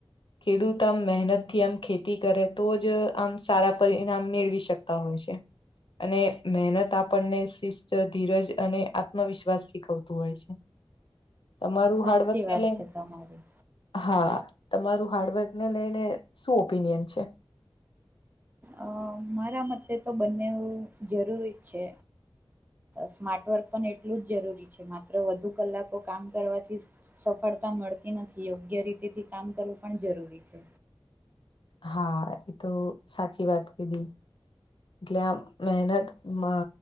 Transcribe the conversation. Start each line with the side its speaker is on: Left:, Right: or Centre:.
Left: ખેડૂત આમ મહેનતથી આમ ખેતી કરે તો જ આમ સારા પરિણામ મેળવી શક તા હોય છે. અને મહેનત આપણને શિસ્ત ધીરજ અને આત્મવિશ્વાસ શીખવતું હોય છે તમારું
Right: સાચી
Left: હાર્ડવર્ક
Right: વાત
Left: લ
Right: છે તમારી
Left: હા તમારું હાર્ડવર્ક ને લઈને શું ઓપિનિયન છે?
Right: અ મારા મતે તો બંને જરૂરી છે સ્માર્ટ વર્ક પણ એટલું જ જરૂરી છે માત્ર વધુ કલાકો કામ કરવાથી સફળતા મળતી નથી યોગ્ય રીતે થી કામ કરવું પણ જરૂરી છે
Left: હા એ તો સાચી વાત કીધી એટલે આમ મહેનત મ